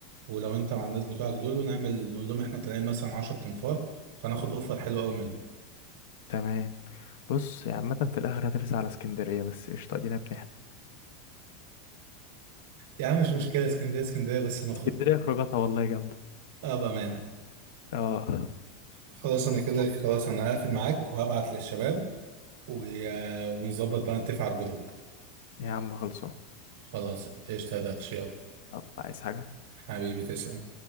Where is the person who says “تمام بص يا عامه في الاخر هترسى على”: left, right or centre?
Left